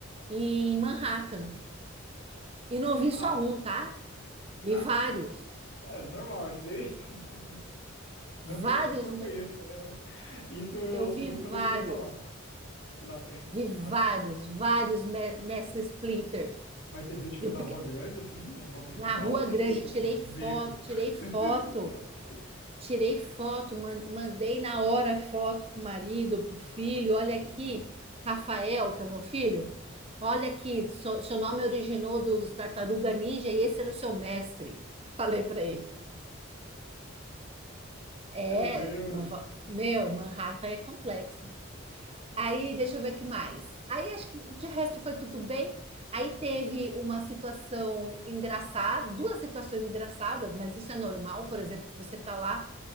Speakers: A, on the right; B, on the left.
A: em Manhattan. E não vi
B: Ah,
A: só um, tá? Vi
B: ah,
A: vários.
B: nor- é normal isso daí. <laughs> Nunca,
A: Vários.
B: nunca
A: me-
B: conheço, né? Mas isso eu
A: Eu
B: ouço
A: vi
B: muito
A: vários.
B: americano falar, que lá tem
A: Vi vários,
B: rato.
A: vários me- mestre Splinter.
B: Mas você viu, tipo,
A: Eu,
B: na
A: pique-
B: rua grande, assim, na rua principal,
A: na Rua
B: ou você
A: Grande,
B: viu um
A: tirei foto,
B: beco?
A: tirei
B: <laughs>
A: foto. Tirei foto, mandei na hora foto pro marido, pro filho. Olha aqui, Rafael, que é o meu filho. Olha aqui, so- seu nome originou dos Tartaruga Ninja e esse era o seu mestre. <laughs> Falei para ele. É,
B: Meu Deus.
A: Nova... meu, Manhattan é complexo. Aí, deixa eu ver o que mais. Aí, acho que de resto foi tudo bem. Aí teve uma situação engraçada, duas situações engraçadas, mas isso é normal, por exemplo, você tá lá